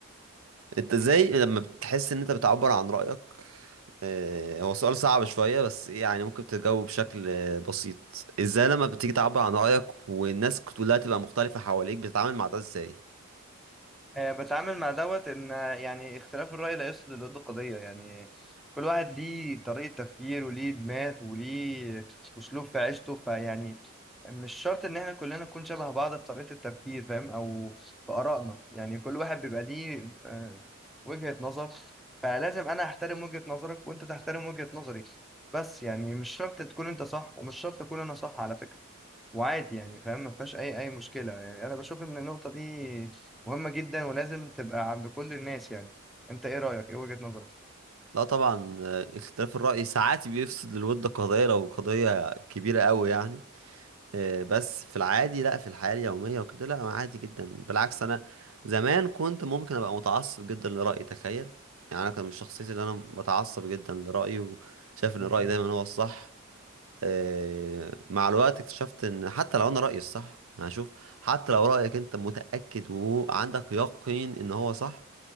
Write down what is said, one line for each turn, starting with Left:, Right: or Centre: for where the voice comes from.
Right: انت ازاي لما بتحس ان انت بتعبر عن رأيك آه، هو سؤال صعب شوية بس يعني ممكن تجاوب بشكل آه، بسيط ازاي لما بتيجي تعبر عن رأيك والناس كلها تبقى مختلفة حواليك بتتعامل مع ده ازاي
Centre: آه، بتعامل مع دوت ان آه، يعني اختلاف الرأي لا يفسد للود قضية يعني كل واحد ليه طريقة تفكير وليه دماغ وليه اسلوب في عيشته فيعني مش شرط ان احنا كلنا نكون شبه بعض في طريقة التفكير فاهم او في آرائنا يعني كل واحد بيبقى ليه آه، وجهة نظر فلازم انا احترم وجهة نظرك وانت تحترم وجهة نظري بس يعني مش شرط تكون انت صح ومش شرط اكون انا صح على فكرة وعادي يعني فاهم ما فيهاش اي اي مشكله يعني انا بشوف ان النقطه دي مهمه جدا ولازم تبقى عند كل الناس يعني انت ايه رايك ايه وجهه نظرك
Right: لا طبعا آه، اختلاف الرأي ساعات بيفسد للود قضية لو قضية كبيرة قوي يعني آه، بس في العادي لا في الحياة اليومية وكده لا أنا عادي جدا بالعكس أنا زمان كنت ممكن أبقى متعصب جدا لرأيي تخيل يعني أنا كان من شخصيتي اللي أنا بتعصب جدا لرأيي وشايف
Centre: م-
Right: إن الرأي
Centre: م.
Right: دايما هو الصح آه، مع الوقت اكتشفت ان حتى لو انا رأيي الصح يعني شوف حتى لو رأيك انت متأكد وعندك يقين ان هو صح